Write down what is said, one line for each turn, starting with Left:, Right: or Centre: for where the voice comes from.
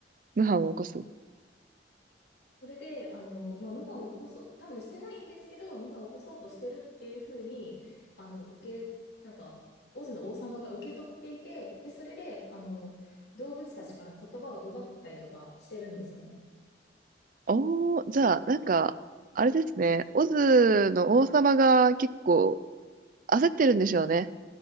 Right: 無反を起こす。
Left: それで、あの、まあ、謀反を起こそう、多分してないんですけど、謀反を起こそうとしてるっていうふうに、あの、受け、なんか、オズの王様が受け取っていて、で、それで、あの、動物たちから言葉を奪ったりとかしてるんですね。
Right: おー、じゃあ、なんか、あれですね。オズの王様が結構焦ってるんでしょうね。